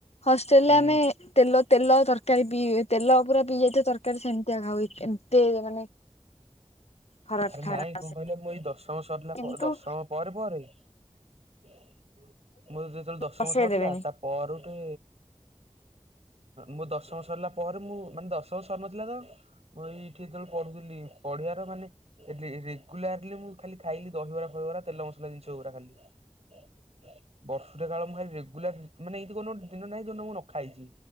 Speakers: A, on the left (about 65°); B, on the right (about 65°).
A: ହଷ୍ଟେଲ
B: ହୁଁ
A: ରେ ଆମେ ତେଲ ତେଲ ତରକାରୀ ପିଇ ତେଲ ପୁରା ପିଇ ଯାଇଥିବା ତର କାରୀ ସେମିତିଆ ଖାଉ। ଏମତେ ମାନେ ଖରାପ
B: ଆରେ
A: ଖାରା
B: ନାଇଁ
A: ଆସେ
B: କଣ କହିଲ ମୁଁ ଏଇ ଦଶମ ସରିଲା
A: କିନ୍ତୁ
B: ପ ଦଶମ ପରେ ପରେ ମୋର ଯେତେବେଳେ ଦଶମ
A: ବସେଇ
B: ସରିଲା
A: ଦେବେନି।
B: ତା ପରୁ ଟେ ମୋ ଦଶମ ସରିଲା ପରେ ମୁଁ ମାନେ ଦଶମ ସରି ନଥିଲା ତ ମୁଁ ଏଇଠି ଯେତବେଳେ ପଢୁଥିଲି ପଢ଼ିବା ର ମାନେ ରେ ରେଗୁଲାରଲି ମୁଁ ଖାଲି ଖାଇଲି ଦହିବରା ଫହିବାର ତେଲ ମସଲା ଜିନିଷ ଗୁରା ଖାଲି। ବର୍ଷଟା କାଳ ମୁଁ ଖାଲି ରେଗୁଲାର ମାନେ ଏଇ କଉ ଦିନ ନାହିଁ ଯୋଉ ମୁଁ ନଖାଇଛି।